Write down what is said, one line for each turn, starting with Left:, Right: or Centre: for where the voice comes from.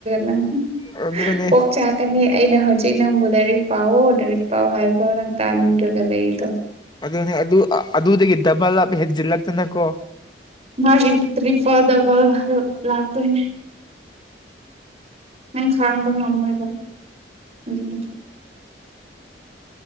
Right: ꯅꯪ
Left: ꯑꯗꯨꯅꯦ
Right: ꯀꯣꯛ ꯆꯥꯛ꯫ ꯀꯅꯤ ꯑꯩꯅ ꯍꯧꯖꯤꯛ ꯅꯪꯕꯨ ꯂꯥꯏꯔꯤꯛ ꯄꯥꯑꯣ ꯂꯥꯏꯔꯤꯛ ꯄꯥꯎꯑꯣ ꯍꯥꯏꯕꯐꯥꯎ ꯅꯪ ꯇꯥꯅꯤꯡꯗ꯭ꯔꯒ ꯂꯩꯔꯤꯗꯣ꯫
Left: ꯑꯗꯨꯅꯦ ꯑꯗꯨ ꯑꯗꯨꯗꯒꯤ ꯗꯕꯜ ꯑꯞ ꯍꯦꯟꯖꯤꯜꯂꯛꯇꯅꯀꯣ
Right: ꯃꯥꯒꯤ ꯇ꯭ꯔꯤꯄꯜ ꯗꯕꯜ ꯂꯥꯛꯇꯣꯏꯅꯦ ꯅꯪ ꯈꯥꯡꯕ ꯉꯝꯃꯣꯏ <unintelligible>